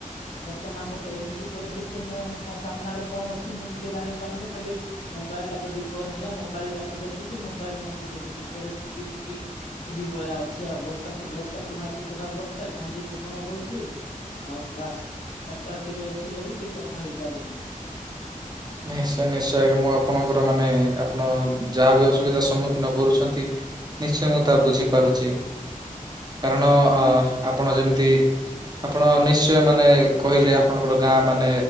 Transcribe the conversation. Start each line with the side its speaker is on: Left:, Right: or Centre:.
Left: ବର୍ତ୍ତମାନ ଗୋଟେ ଏମିତି ପରିସ୍ଥିତି ମୁଁ ମୋ ସାମ୍ନାରେ କଣ ଅଛି ମୁଁ ନିଜେ ଜାଣି ପାରୁନି ଖାଲି ମୋବାଇଲ ଟା ଯଦି ଅନ୍ ହେଲା ମୋବାଇଲଟାକୁ ଦେଖୁଛି ମୋବାଇଲ ମତେ ଦେଖୁଛି ପରିସ୍ଥିତି ଟିକେ ଏଇଭଳିଆ ଅଛି ଆଉ ବର୍ଷାକୁ ବର୍ଷା ତୁହାକୁ ତୁହା ବର୍ଷା ଝାଞଜି ପବନ ଦଉଛି। ଆଉ ବାସ୍ ନେଟୱାର୍କ ଟିକେ ଅଛି ବୋଲି ଟିକେ କଥା ହେଇପାରୁଛି।
Right: ନିଶ୍ଚୟ ନିଶ୍ଚୟ ଆଜ୍ଞା ମୁଁ ଆପଣଙ୍କର ମାନେ ଆପଣ ଯାହାବି ଅସୁବିଧା ସମ୍ମୁଖୀନ କରୁଛନ୍ତି ନିଶ୍ଚୟ ମୁଁ ତା ବୁଝିପାରୁଛି କାରଣ
Left: ଆଜ୍ଞା।
Right: ଅ ଆପଣ ଯେମିତି ଆପଣ ନିଶ୍ଚୟ ମାନେ କହିଲେ ଆପଣଙ୍କର ଗାଁ ମାନେ